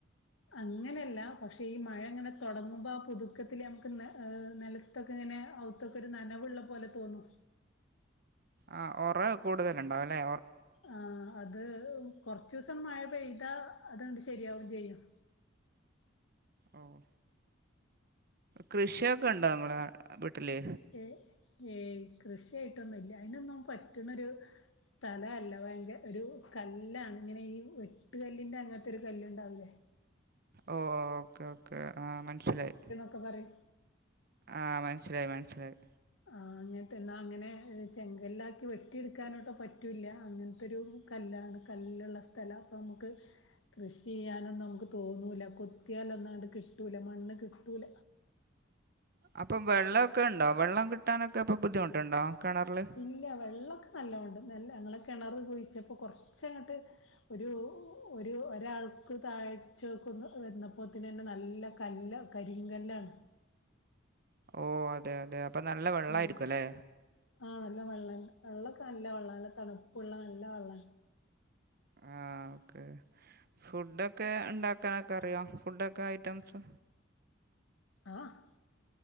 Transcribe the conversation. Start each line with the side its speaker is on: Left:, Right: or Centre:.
Left: അങ്ങനെയല്ല പക്ഷെ ഈ മഴ ഇങ്ങനെ തൊടങ്ങുമ്പോ ആ പുതുക്കത്തില് നമുക്കൊന്ന് ഏഹ് നെല ത്തൊക്കെ ഇങ്ങനെ അകത്തൊക്കെ ഒരു നനവുള്ള പോലെ തോന്നും
Right: ആഹ് ഒറവ കൂടുതല്ണ്ടാവുല്ലേ
Left: ആഹ് അത് കൊറച്ചുസം മഴ പെയ്താ അതങ്ങണ്ട് ശരിയാവും ചെയ്യും
Right: ഓഹ് കൃഷിയൊക്കെ ഉണ്ടോ നിങ്ങളെ വീട്ടില്
Left: ഏഹ് ഏയ് കൃഷിയായിട്ടൊന്നുംല്ല അയ്നൊന്നും പറ്റ്ണൊരു സ്ഥല അല്ല ഭയങ്കര ഒരു കല്ലാണ് ഇങ്ങനെ ഈ വെട്ട്കല്ലിൻ്റെ അങ്ങനത്തെരു കല്ല്ണ്ടാവൂല്ലേ
Right: ഓഹ് ഓക്കേ ഓക്കേ ആ മനസ്സിലായി
Left: ഒക്കെ പറയും
Right: ആഹ് മനസ്സിലായി മനസ്സിലായി
Left: ആ അങ്ങനത്തെ എന്നാ അങ്ങനെ ചെങ്കല്ലാക്കി വെട്ടിയെടുക്കാനോട്ട് പറ്റൂല്ല അങ്ങനത്തൊരു കല്ലാണ് കല്ലുള്ള സ്ഥലാ അപ്പൊ നമുക്ക് കൃഷി ചെയ്യാനൊന്നും നമുക്ക് തോന്നൂല കൊത്തിയാലൊന്നണ്ട് കിട്ടൂല മണ്ണ് കിട്ടൂല
Right: അപ്പൊ വെള്ളക്കെണ്ടോ വെള്ളം കിട്ടാനൊക്കെ അപ്പൊ ബുദ്ധിമുട്ടുണ്ടോ കിണറില്
Left: ഇല്ല വെള്ളമൊക്കെ നല്ലോണ്ട് നല്ല ഞങ്ങളെ കെണർ കുഴിച്ചപ്പോ കൊറച്ചങ്ങട്ട് ഒരു ഒരു ഒരാൾക്ക് താഴ്ചകൊന്ന് വന്നപ്പോത്തിനന്നെ നല്ല നല്ല കരിങ്കല്ലാണ്
Right: ഓഹ് അതെ അതെ അപ്പൊ നല്ല വെള്ളായിരിക്കും
Left: ഉം
Right: അല്ലേ
Left: ആഹ് നല്ല വെള്ളണ്ട് വെള്ളം ഒക്കെ നല്ല വെള്ളമാണ് നല്ല തണുപ്പുള്ള നല്ല വെള്ളം ആണ്
Right: ആഹ് ഓക്കേ ഫുഡൊക്കെ ഇണ്ടാക്കാനൊക്കെ അറിയോ ഫുഡൊക്കെ ഐറ്റംസ്
Left: ആഹ്